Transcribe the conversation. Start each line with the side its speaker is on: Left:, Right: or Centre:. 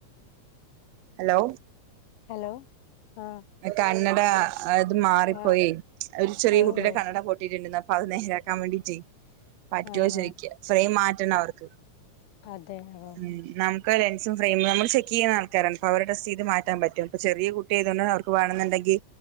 Right: ഹലോ
Left: ഹലോ ആഹ്
Right: കണ്ണട അത് മാറിപ്പോയി
Left: ആഹ്
Right: ഒരു ചെറിയ
Left: ഓ
Right: കുട്ടിയുടെ
Left: ഓ
Right: കണ്ണട പൊട്ടിട്ടുണ്ടെന്ന് അത് നേരെയാക്കാൻ വേണ്ടീറ്റ് പറ്റുവോ
Left: ആഹ്
Right: ചോയിക്കാ
Left: ആഹ്
Right: ഫ്രെയിം മാറ്റണ്ട അവർക്ക്
Left: അതെ ഓ
Right: ഉം നം ക്ക് ലെൻസും ഫെയിമ് നമ്മൾ ചെക്ക് ചെയ്യണ ആൾക്കാരാണ് അപ്പോ അവരെ ടെസ്റ്റ് ചെയ്ത് മാറ്റാൻ പറ്റും ഇപ്പ ചെറിയ കുട്ടിയായതുകൊണ്ട് അവർക്ക് ക്കുവാണെന്നുണ്ടെങ്കി